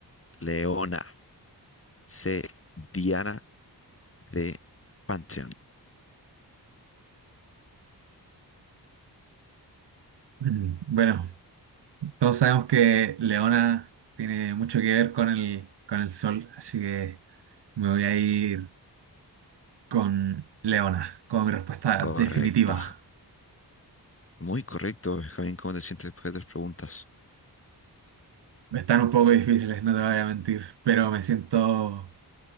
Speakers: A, on the left; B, on the right.
A: Leona. C. Diana. D. Pantheon.
B: Mm. Bueno, todos sabemos que Leona tiene mucho que ver con el, con el sol, así que me voy a ir con Leona, como mi respuesta
A: Correcto.
B: definitiva.
A: Muy correcto, Javier. ¿Cómo te sientes después de tres preguntas?
B: Están un poco difíciles, no te voy a mentir, pero me siento,